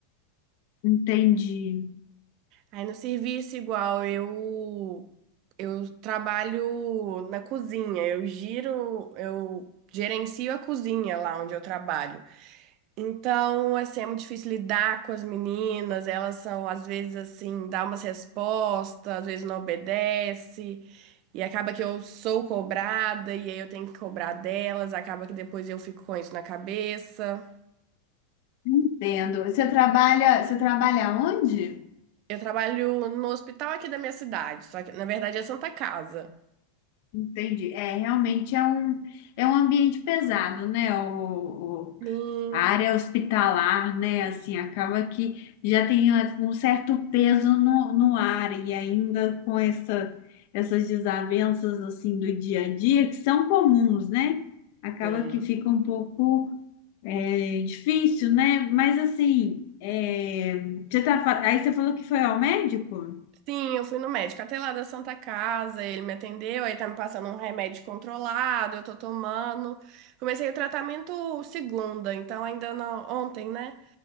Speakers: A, on the left; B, on the right.
A: Entendi,
B: Aí no serviço igual, eu eu trabalho na cozinha, eu giro, eu gerencio a cozinha lá onde eu trabalho. Então, assim, é muito difícil lidar com as meninas, elas são às vezes assim, dá umas respostas, às vezes não obedece. E acaba que eu sou cobrada, e aí eu tenho que cobrar delas, acaba que depois eu fico com isso na cabeça.
A: entendo. Você trabalha, você trabalha onde?
B: Eu trabalho no hospital aqui da minha cidade, só que na verdade é Santa Casa.
A: Entendi. É, realmente é um, é um ambiente pesado, né? O,
B: Sim.
A: A área hospitalar, né? Assim, acaba que já tem ah, um certo peso no, no ar e ainda com essa, essas desavenças assim do dia a dia, que são comuns, né? Acaba
B: Sim.
A: que fica um pouco é, difícil, né? Mas assim, é, você tá, fa- aí você falou que foi ao médico?
B: Sim, eu fui no médico até lá da Santa Casa, ele me atendeu, aí tá me passando um remédio controlado, eu tô tomando. Comecei o tratamento segunda, então ainda não, ontem, né?